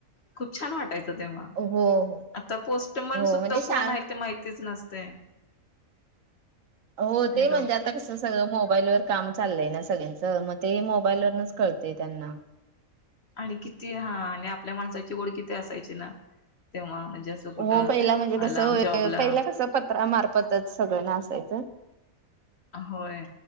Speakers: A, on the left; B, on the right.
A: खूप छान वाटायचं तेव्हा
B: हो हो.
A: आता पोस्टमन
B: हो
A: सुद्धा
B: म्हणजे शाळा
A: कोण आहे ते माहितीच नसते.
B: हो ते
A: हॅलो
B: म्हणतात. आता कस सगळं मोबाईल वर काम चाललंय ना सगळ्यांच मग ते मोबाईल वरूनच कळतेय त्यांना
A: आणि किती हा आणि आपल्या माणसाची ओढ किती असायची ना तेव्हा म्हणजे कुठं
B: हो पहिला म्हणजे कस
A: लांब जॉबला
B: पहिला कस पत्र मारफतच सगळ ना असायच.
A: होय